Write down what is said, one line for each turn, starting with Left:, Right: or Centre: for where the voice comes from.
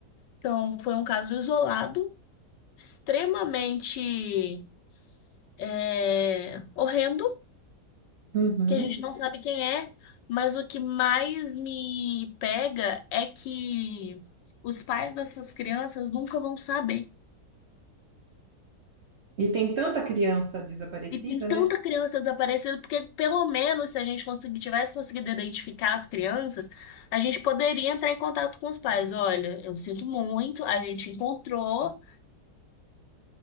Left: Então, foi um caso isolado, extremamente é, horrendo.
Right: Uhum.
Left: que a gente não sabe quem é, mas o que mais me pega é que os pais dessas crianças nunca vão saber.
Right: E tem tanta criança desaparecida,
Left: E tem tanta
Right: né?
Left: criança desaparecida, porque pelo menos se a gente conseguir, tivesse conseguido identificar as crianças, a gente poderia entrar em contato com os pais. Olha, eu sinto muito, a gente encontrou,